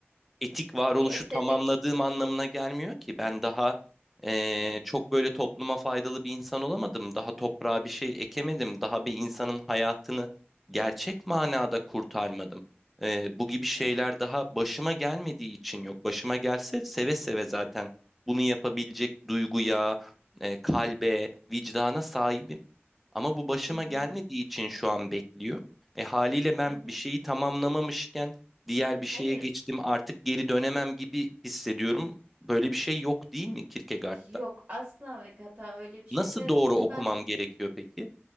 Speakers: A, in the centre; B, on the right.
A: etik varoluşu
B: bir estetik
A: tamamladığım anlamına gelmiyor ki. Ben daha eee,
B: evet,
A: çok böyle topluma faydalı bir insan olamadım. Daha toprağa bir şey ekemedim. Daha bir insanın hayatını gerçek manada kurtarmadım. Eee, bu gibi şeyler
B: evet,
A: daha başıma gelmediği için yok. Başıma gelse seve seve zaten bunu yapabilecek duyguya, eee, kalbe, vicdana sahibim. Ama bu başıma
B: hı hı,
A: gelmediği için şu an bekliyor. E haliyle ben
B: hı hı.
A: bir şeyi tamamlamamışken diğer bir şeye
B: Hayır
A: geçtim artık geri dönemem gibi hissediyorum. Böyle bir şey yok değil mi Kierkegaard'da?
B: yok asla ve kata öyle bir şey
A: Nasıl
B: yok ve
A: doğru
B: senin
A: okumam
B: bahsettiğin
A: gerekiyor peki?